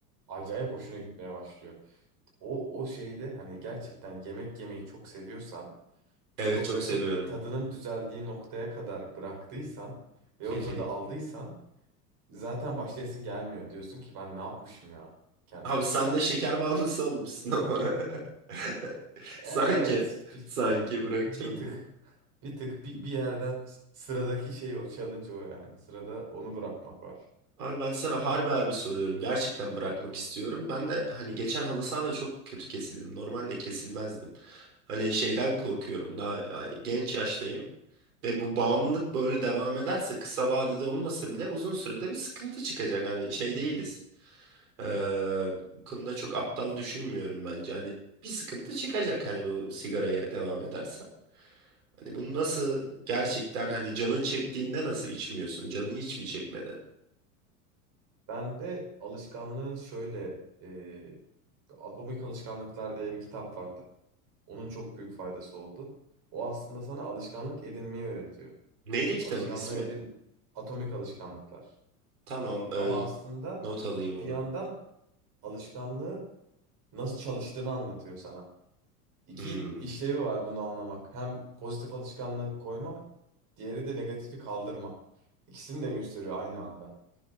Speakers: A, on the right (about 45°); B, on the right (about 70°).
A: acayip hoşuna gitmeye başlıyor. O, o şeyde hani gerçekten yemek yemeyi çok seviyorsan
B: evet
A: ve o
B: çok
A: bırakıp
B: seviyorum.
A: tadının düzeldiği noktaya kadar bıraktıysan ve
B: Hı
A: o
B: hı.
A: tadı aldıysan Zaten başlayasın gelmiyor. Diyorsun ki ben ne yapmışım ya kendime.
B: Abi sen de şeker bağımlısı olmuşsun ama. <laughs>
A: E,
B: Sanki
A: evet bir,
B: sanki bırakacağım
A: bir tık
B: diye.
A: bir tık bir, bir yerden sıradaki şey o challenge o yani. Sırada onu bırakmak var.
B: Abi ben sana harbi harbi soruyorum. Gerçekten bırakmak
A: Evet.
B: istiyorum. Ben de hani geçen halı sahada çok kötü kesildim. Normalde kesilmezdim. Hani şeyden korkuyorum. Daha yani genç yaştayım. Ve bu bağımlılık böyle devam ederse kısa vadede olmasa bile uzun sürede bir sıkıntı çıkacak. Hani şey değiliz. Ee, bu konuda çok aptal düşünmüyorum bence. Hani bir sıkıntı çıkacak hani bu sigaraya devam edersen. Hani bunu nasıl gerçekten hani canın çektiğinde nasıl içmiyorsun? Canın hiç mi çekmedi?
A: Ben de alışkanlığın şöyle e, Atomik Alışkanlıklar diye bir kitap vardı. Onun çok büyük faydası oldu. O aslında sana alışkanlık edinmeyi öğretiyor.
B: Neydi kitabın
A: Alışkanlığı
B: ismi?
A: edin atomik alışkanlıklar.
B: Tamam,
A: Ama
B: e,
A: aslında
B: not alayım onu.
A: bir yandan alışkanlığı nasıl çalıştığını anlatıyor sana. İki
B: Hmm,
A: işlevi var bunu anlamak. Hem pozitif alışkanlığı koyma, diğeri de negatifi kaldırma. İkisini de gösteriyor aynı anda.